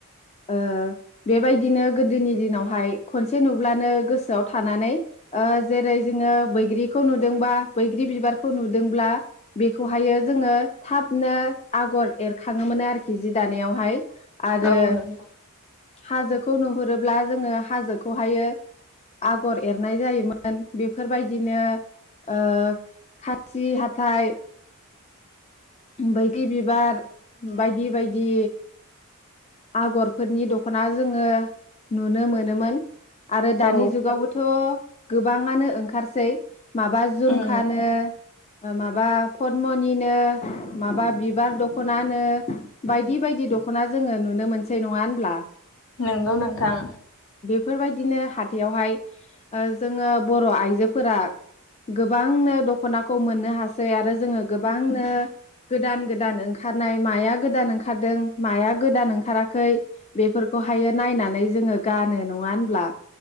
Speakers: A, on the left (about 30°); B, on the left (about 65°).
A: ओ बेबायदिनो गोदोनि दिनावहाय खनसे नुब्लानो गोसोआव थानानै ओ जेरै जोङो बैग्रिखौ नुदोंबा बैग्रि बिबारखौ नुदोंब्ला बेखौहायो जोङो थाबनो आगर एरखाङोमोनो आरोखि जि दानायावहाय आरो
B: औ नोंगौ
A: हाजोखौ नुहुरोब्ला जोङो हाजो बेखौहायो आगर एरनाय जायोमोन बेफोरबायदिनो ओ खाथि हाथाइ बैग्रि बिबार बायदि बायदि आगरफोरनि दख'ना जोङो नुनो मोनोमोन आरो दानि
B: औ
A: जुगावबोथ गोबाङानो ओंखारसै माबा जुमखानो
B: उम
A: माबा पदमनिनो माबा बिबार दख'नानो बायदि बायदि दख'ना जोङो नुनो मोनसै नङा होनब्ला
B: नोंगौ नोंथां
A: बेफोरबायदिनो हाथायावहाय ओ जोङो बर' आइजोफोरा गोबांनो दख'नाखौ मोननो हा जै आरो जोङो गोबांनो गोदान गोदान ओंखारनाय माया गोदान ओंखारदों माया गोदान ओंखाराखै बेफोरखौहायो नायनानै जोङो गानो नङा होनब्ला